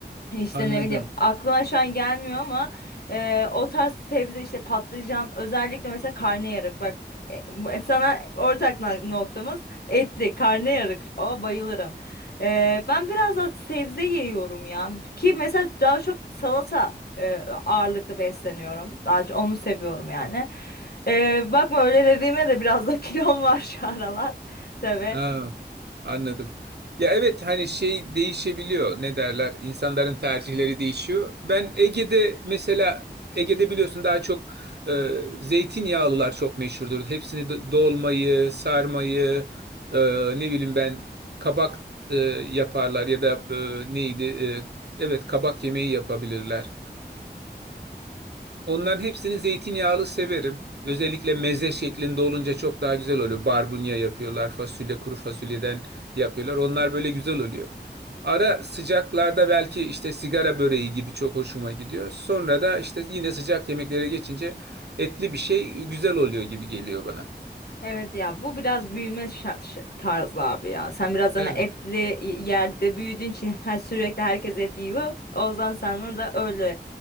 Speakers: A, on the left; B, on the right.
A: İşte
B: Anladım.
A: ne bileyim aklıma şu an gelmiyor ama e, o tarz sebze işte patlıcan özellikle mesela karnıyarık bak e, bu- e, sana ortak na- noktamız etli karnıyarık o bayılırım. E, ben biraz da sebze yiyorum ya ki mesela daha çok salata e, ağırlıklı besleniyorum daha çok onu seviyorum yani. E, bakma öyle dediğime de biraz da <laughs> kilom var şu aralar tabii.
B: Aa, anladım. Ya evet hani şey değişebiliyor ne derler İnsanların tercihleri değişiyor. Ben Ege'de mesela Ege'de biliyorsun daha çok e, zeytinyağlılar çok meşhurdur. Hepsini do- dolmayı, sarmayı e, ne bileyim ben kabak e, yaparlar ya da e, neydi e, evet kabak yemeği yapabilirler. Onların hepsini zeytinyağlı severim. Özellikle meze şeklinde olunca çok daha güzel oluyor. Barbunya yapıyorlar, fasulye, kuru fasulyeden yapıyorlar. Onlar böyle güzel oluyor. Ara sıcaklarda belki işte sigara böreği gibi çok hoşuma gidiyor. Sonra da işte yine sıcak yemeklere geçince etli bir şey güzel oluyor gibi geliyor bana.
A: Evet ya bu biraz büyüme şa- ş- tarzı abi ya. Sen biraz hani
B: Evet.
A: etli y- yerde büyüdüğün için her sürekli herkes et yiyor. O yüzden sana da öyle